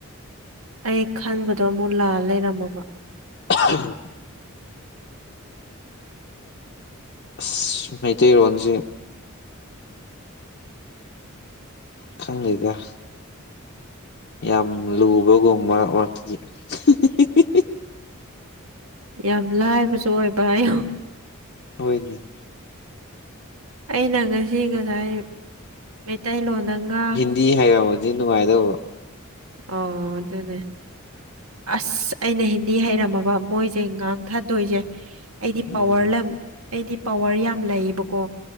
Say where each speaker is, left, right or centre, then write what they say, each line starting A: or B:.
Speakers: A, on the right; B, on the left.
A: ꯑꯩ ꯈꯟꯕꯗꯣ ꯑꯃꯨꯛ ꯂꯥꯜ ꯂꯩꯔꯝꯃꯕ
B: <unintelligible> ꯑꯁ ꯃꯩꯇꯩꯔꯣꯟꯁꯦ ꯈꯪꯗꯦꯗꯥ ꯌꯥꯝ ꯂꯨꯕꯒꯨꯝ ꯃꯔꯛ ꯃꯔꯛꯇꯗꯤ <unintelligible>
A: ꯌꯥꯝ ꯂꯥꯏꯕꯁꯨ ꯑꯣꯏꯕ ꯍꯥꯏꯌꯣ
B: ꯍꯣꯏꯅꯦ
A: ꯑꯩꯅ ꯉꯁꯤ ꯉꯁꯥꯏ ꯃꯩꯇꯩꯂꯣꯟꯗꯒ ꯉꯥ
B: ꯗꯤ ꯍꯩꯔꯝꯃꯗꯤ ꯅꯨꯡꯉꯥꯏꯗꯧꯕ
A: ꯑꯣ ꯑꯗꯨꯅꯦ ꯑꯁ ꯑꯩꯅ ꯍꯤꯟꯗꯤ ꯍꯩꯔꯝꯃꯕ ꯃꯣꯏꯖꯦ ꯉꯥꯡꯊꯗꯣꯏꯖꯦ ꯑꯩꯗꯤ
B: ꯎꯝ
A: ꯄꯋꯥꯔ ꯂꯝ ꯑꯩꯗꯤ ꯄꯋꯥꯔ ꯌꯥꯝ ꯂꯩꯌꯦꯕꯀꯣ